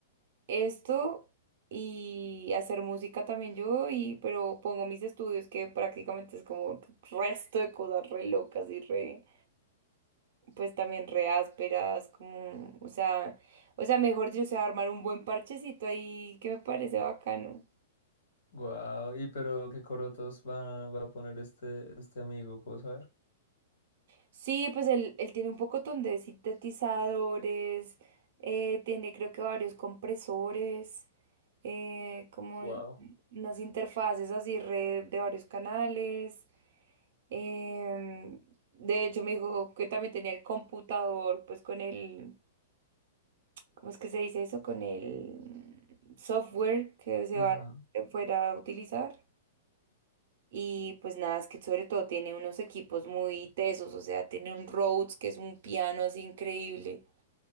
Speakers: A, on the right (about 50°); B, on the left (about 70°).
A: esto y hacer música también yo, y pero pongo mis estudios que prácticamente es como resto de cosas re locas y re, pues también re ásperas, como, o sea, o sea, mejor dicho, o sea, armar un buen parchecito ahí que me parece bacano.
B: Wow. Y pero qué corotos va, va a poner este, este amigo, ¿puedo saber?
A: Sí, pues él, él tiene un pocotón de sintetizadores, eh, tiene creo que varios compresores, eh, como
B: wow.
A: el- unas interfaces así re- de varios canales. em, de hecho me dijo que también tenía el computador, pues con el, ¿cómo es que se dice eso? Con el mm, software que se
B: Ajá.
A: va, que fuera a utilizar. Y pues nada, es que sobre todo tiene unos equipos muy tesos, o sea, tiene un Rhodes que es un piano así increíble.